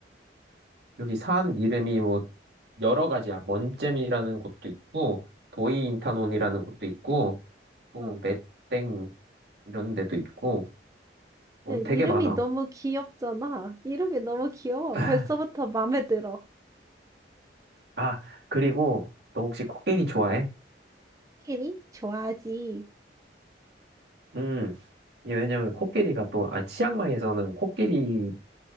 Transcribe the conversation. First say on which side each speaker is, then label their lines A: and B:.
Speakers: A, on the right (about 70°); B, on the right (about 20°).
A: 여기 산 이름이 뭐 여러 가지야. 먼잼이라는 곳도 있고 도이인타논이라는 곳도 있고 뭐
B: 어.
A: 메땡 이런 데도 있고 어,
B: 네, 이름이
A: 되게 많아.
B: 너무 귀엽잖아. 이름이 너무 귀여워.
A: <laughs>
B: 벌써부터 마음에 들어.
A: 아 그리고 너 혹시 코끼리 좋아해?
B: 코끼리? 좋아하지.
A: 음. 이게 왜냐면 코끼리가 또, 아, 치앙마이에서는 코끼리